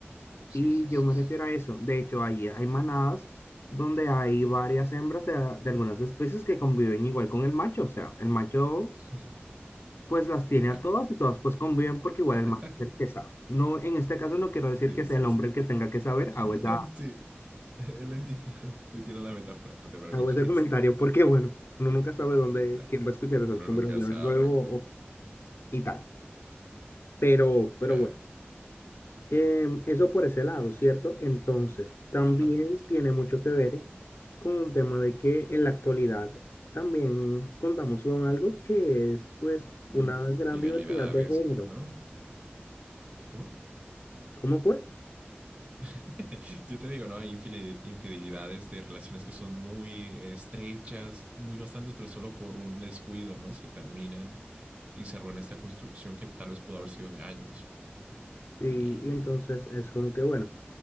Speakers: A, on the right; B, on the left.
A: Sí,
B: Y
A: sí,
B: yo
A: sí,
B: me
A: sí.
B: refiero a eso. De hecho, ahí hay manadas donde hay varias hembras de, de algunas especies que conviven igual con el macho. O sea, el macho
A: <laughs>
B: Pues las tiene
A: Claro.
B: a todas y todas pues conviven porque igual
A: <laughs>
B: el macho es el que sabe. No, en este caso no quiero decir
A: Sí,
B: que sea
A: sí,
B: el hombre
A: sí.
B: el que tenga que saber,
A: <laughs>
B: hago esa,
A: Sí, eh, lo entiendo. <laughs> Entiendo la metáfora, no te preocupes.
B: hago ese comentario
A: <laughs>
B: porque bueno, uno nunca sabe dónde,
A: Claro,
B: quién va a escuchar esas
A: uno
B: conversaciones
A: nunca sabe.
B: luego o- y tal. Pero, pero
A: Claro,
B: bueno,
A: claro.
B: em, eso por ese lado, ¿cierto? Entonces, también
A: Ajá, sí.
B: tiene mucho que ver con un tema de que en la actualidad también contamos con algo que es pues una
A: Infidelidades,
B: gran diversidad de género.
A: ¿no? ¿Cómo?
B: ¿Cómo fue?
A: <laughs> Yo te digo, ¿no? Hay infide- infidelidades de relaciones que son muy eh, estrechas, muy bastantes, pero solo por un descuido, ¿no? Se terminan y, y se arruina esta construcción que tal vez pudo haber sido de años.
B: Sí,
A: Y
B: y entonces es como que bueno.